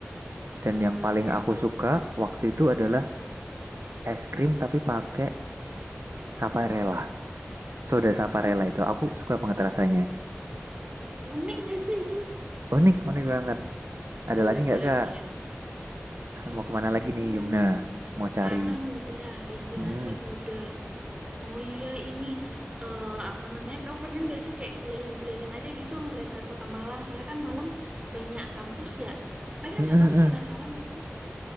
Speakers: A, on the right; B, on the right.
A: Dan
B: Wah,
A: yang paling
B: oke.
A: aku
B: Sip,
A: suka
B: sip.
A: waktu itu adalah es krim tapi pakai saparella. Soda saparella
B: Hah,
A: itu aku suka banget rasanya.
B: unik nggak sih itu?
A: Unik, unik banget. Ada
B: Boleh,
A: lagi
B: boleh,
A: nggak Kak?
B: boleh.
A: Mau kemana lagi
B: Hmm,
A: nih Yumna? Mau
B: makanan
A: cari?
B: udah, destinasi
A: Mm-mm.
B: udah. Oh iya ini eh, apa namanya? Kamu pengen gak sih kayak keliling-keliling aja gitu ngeliat-ngeliat kota Malang? Soalnya kan Malang banyak kampus ya. Pengen
A: Mm,
B: gak
A: mm,
B: kamu
A: mm.
B: penasaran gak sih?